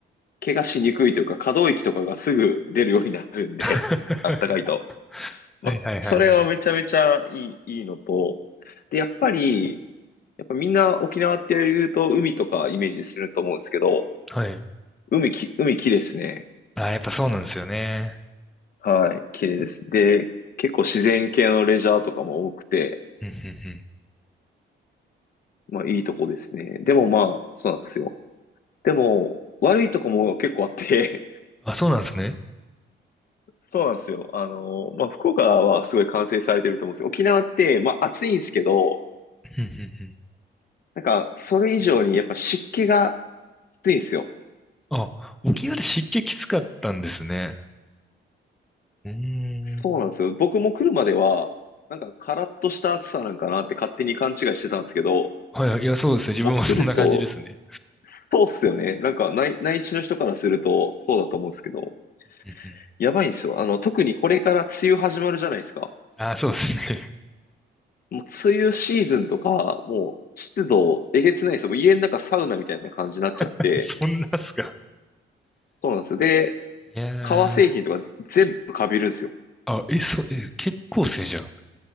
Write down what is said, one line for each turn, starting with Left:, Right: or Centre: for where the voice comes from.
Left: 怪我しにくいというか、可動域とかがすぐ出るようになるんで、
Centre: <laughs>
Left: <laughs> あったかいと。まあ、
Centre: はいはいはい。
Left: それはめちゃめちゃいい、いいのと、で、やっぱり、やっぱみんな沖縄って言うと海とかイメージすると思うんですけど、
Centre: はい。
Left: 海き、海綺麗ですね。
Centre: あー、やっぱそうなんですよね。
Left: はい、綺麗です。で、結構自然系のレジャーとかも多くて、
Centre: うんうん
Left: まあいいとこですね。でもまあ、そうなんですよ。でも、悪いとこも結構あって、
Centre: うん。あ、そうなんですね。
Left: そうなんですよ。あの、まあ、福岡はすごい完成されてると思うんですよ。沖縄って、まあ、暑いんですけど、
Centre: うんうん
Left: なんか、それ以上にやっぱ湿気がきついんですよ。
Centre: うん。あ、沖縄って湿気きつかったんですね。うーん。
Left: そうなんですよ。僕も来るまでは、なんか、カラッとした暑さなんかなって勝手に勘違いしてたんですけど、
Centre: はいはい、いや、そうですね。自分もそんな感じですね。
Left: もう来ると、そうっすよね。なんか内、内地の人からすると、そうだと思うんですけど、
Centre: うんうん
Left: やばいんですよ。あの、特にこれから梅雨始まるじゃないですか。
Centre: あー、そうですね。
Left: もう、梅雨シーズンとか、もう、湿度、えげつないですよ。もう家の中サウナみたいな感じになっちゃって、
Centre: <laughs> そんなっすか。
Left: そうなんですよ。で、
Centre: いやー、
Left: 革製品とか全部カビるんですよ。
Centre: あ、え、そ、え、結構っすね、じゃあ。